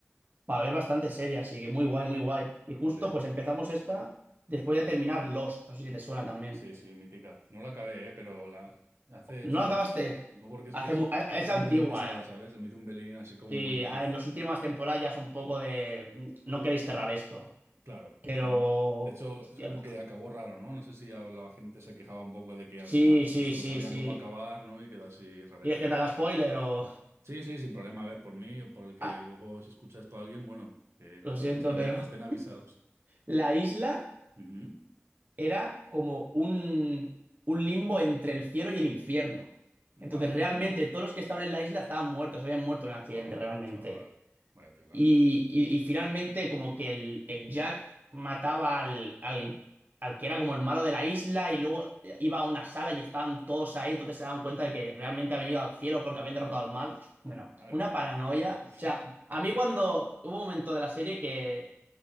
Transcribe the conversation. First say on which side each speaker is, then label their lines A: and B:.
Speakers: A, on the right (about 40°); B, on the right (about 70°).
A: para ver bastante serie, así que muy guay, muy guay. Y justo
B: Ole.
A: pues empezamos esta después de terminar Lost, no sé si te suena también.
B: Sí, sí, mítica. No la acabé, eh, pero la hace,
A: No
B: o sea,
A: la
B: no,
A: acabaste.
B: no porque es
A: Hace
B: que se,
A: mu- eh,
B: se
A: es
B: me hizo
A: antigua,
B: un pelín pesada,
A: eh.
B: ¿sabes? Se me hizo un pelín así como
A: Sí,
B: muy, uf.
A: a ver, las últimas temporadas ya es un poco de mm, no queréis cerrar esto,
B: Claro,
A: pero
B: estaban, de hecho,
A: hostia.
B: es como que acabó raro, ¿no? No sé si a la gente se quejaba un poco de que
A: Sí,
B: al final, pues
A: sí,
B: eso,
A: sí,
B: no sabían
A: sí.
B: cómo acabar, ¿no? Y quedó así rarete.
A: ¿Y es que te haga spoiler o
B: Sí, sí, sin problema. A ver, por mí o por el que
A: Ah,
B: luego si escucha esto a alguien, bueno, que,
A: lo
B: que lo,
A: siento,
B: que estén,
A: pero
B: que estén avisados.
A: la isla
B: Ujú.
A: era como un, un limbo entre el cielo y el infierno. Entonces,
B: Vale.
A: realmente, todos los que estaban en la isla estaban muertos, habían muerto en el accidente,
B: Wow,
A: realmente.
B: chaval. Vaya tela.
A: Y, y- y finalmente como que el, el Jack mataba al, al, al que era como el malo de la isla y luego iba a una sala y estaban todos ahí, entonces se daban cuenta de que realmente ha venido al cielo porque habían derrotado al mal. Bueno,
B: Madre
A: una
B: mía.
A: paranoia.
B: <laughs>
A: O sea, a mí cuando hubo un momento de la serie que